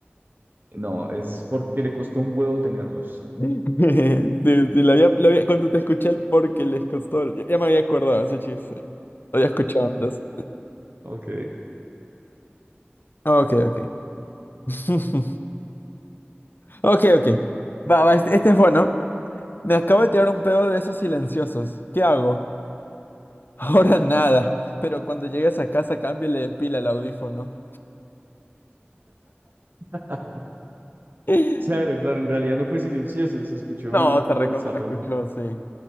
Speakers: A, on the right; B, on the left.
A: No, es porque le costó un huevo tenerlos.
B: <laughs> Sí, sí, lo había, lo había- cuando te escuché el porque les costó, ya, ya me había acordado ese chiste. Lo había escuchado antes.
A: Ok.
B: Ah, Ok, ok. <laughs> Ok, ok. Va, va, este, este es bueno. Me acabo de tirar un pedo de esos silenciosos. ¿Qué hago? <laughs> Ahora nada, pero cuando llegues a casa cámbiale de pila al audífono.
A: <laughs>
B: <laughs>
A: Claro, claro, en realidad no fue silencioso, se escuchó
B: No,
A: en
B: se
A: todo
B: recontra
A: el salón.
B: escuchó, sí.